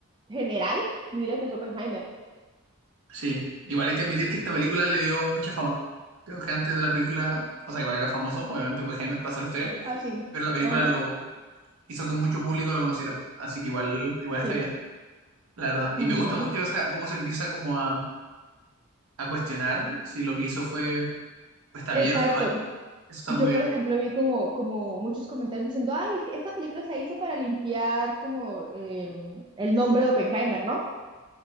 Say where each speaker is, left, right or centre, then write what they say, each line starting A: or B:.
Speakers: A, on the right; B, on the right.
A: general, yo diría que es Oppenheimer.
B: Sí. Igual hay que admitir que esta película le dio mucha fama. Creo que antes de la película, o sea, igual era famoso, obviamente Oppenheimer pasó a la historia,
A: Así,
B: pero la película
A: ajá,
B: lo hizo que mucho público lo conociera. Así que igual, igual
A: sí.
B: está bien, la verdad.
A: Ujú,
B: Y me gusta mucho esa- cómo se empieza como a, a cuestionar si lo que hizo fue, pues, está
A: Exacto.
B: bien o está mal. Eso está
A: Yo,
B: muy
A: por
B: bien.
A: ejemplo, vi como, como muchos comentarios diciendo, ay, es que esta película se hizo para limpiar como eh, el nombre de Oppenheimer, ¿no?